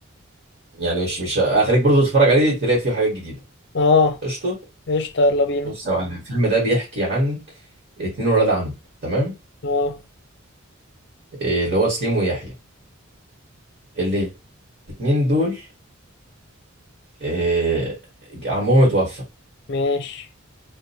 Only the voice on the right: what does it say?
يعني مش مش هخليك برضه تتفرج عليه تلاقي فيه حاجات جديده
قشطه
بص يا معلم الفيلم ده بيحكي عن اتنين ولاد عم تمام
إيه اللي هو سليم ويحيى اللي الاتنين دول آه، عمهم اتوفى